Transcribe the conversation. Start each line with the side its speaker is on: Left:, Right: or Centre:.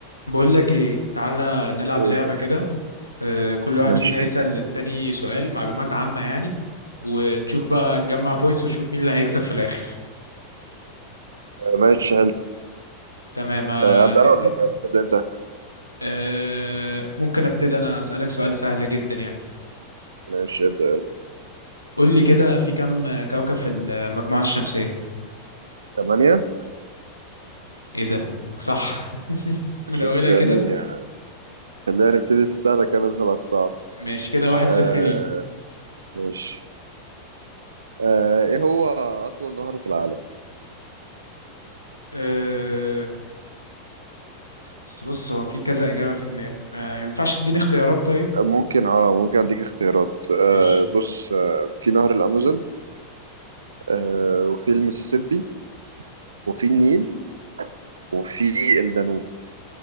Left: بقول لك ايه تعالى نلعب
Right: ايه
Left: لعبة
Right: يقول
Left: كده آه، كل واحد
Right: ماشي
Left: فينا يسأل للتاني سؤال معلومات عامة يعني ونشوف بقى نجمع بوينتس ونشوف مين اللي هيكسب في الآخر
Right: آه، ماشي حلو
Left: تمام آه،
Right: آه، ابدا
Left: تبتدي
Right: انا ولا تب- تبدا انت
Left: آه، ممكن ابتدي انا أسألك سؤال سهل جدا يعني
Right: ماشي ابدا يلا
Left: قول لي كده في كم كوكب في المجموعة الشمسية
Right: ثمانية
Left: ايه ده صح <laughs> من
Right: شوف
Left: اولها
Right: يا
Left: كده
Right: ابني آه، خلينا نبتدي في السهل كان ندخل على الصعب
Left: ماشي كده واحد
Right: آه
Left: صفر ليك
Right: ماشي آه ايه هو اطول نهر في العالم
Left: أه بس بص هو في كذا إجابة في دماغي ما ينفعش تديني اختيارات طيب
Right: آه، ممكن اه ممكن اديك اختيارات آه
Left: ماشي
Right: بص آه في نهر الامازون آه وفي المسيسيبي وفي النيل وفي الدانوب